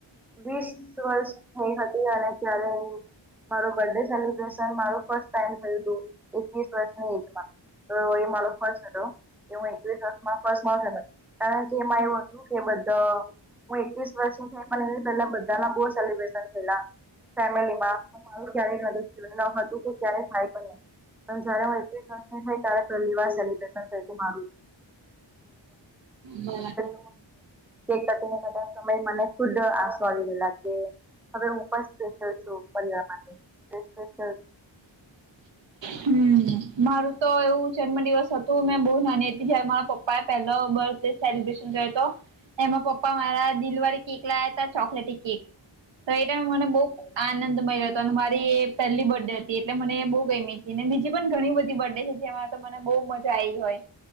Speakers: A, in the centre; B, on the right.
A: વીસ વર્ષ થઈ હતી, અને ત્યારે મારુ બર્થ ડે સેલિબ્રેશન મારુ ફર્સ્ટ ટાઈમ થયું તું, એકવીસ વર્ષની એજમાં. તો એ મારો ફર્સ્ટ હતો, એ હું એકવીસ વર્ષ માં. <unintelligible> કારણ કે, એમાં એવું હતું, કે બધા હું એકવીસ વર્ષની થઈ, પણ એની પેલા બધાના બોવ સેલિબ્રેશન થયેલા ફેમિલીમાં. મારુ ક્યારેય નહતું થ્યું, ને એવુ હતું કે, ક્યારેય થાય પણ નહીં. પણ જયારે હું એકવીસ વર્ષની ની થઈ તી, તારે પેલ્લી વાર સેલિબ્રેશન થયું તું, મારું.
B: બરાબર
A: <unintelligible> કેક કટિંગના કરતા સમયે મને ખુદ આંસુ આવી ગેયલા, કે હવે હું પણ સ્પેશિયલ છું, પરિવાર માટે. સ્પેશયલ
B: હમ હમ્મ. મારું તો એવું જન્મ દિવસ હતું, મેં બોહ નાની હતી જ્યારે મારા પપ્ પાએ પેહલો બર્થ ડે સેલિબ્રેશન કર્યો તો. એમાં પપ્પા મારા દિલવારી કેક લાયા તા, ચોકલેટી કેક. તો એ ટાઈમ મને બહુ આનંદ મયળો હતો, ને મારી એ પહેલી બર્ડે હતી. તી, એટલે મને બહુ ગયમીને બીજી પણ ઘણી બધી બર્થ ડે છે, જેમાં તો મને બહુ મજા આઈ હોય.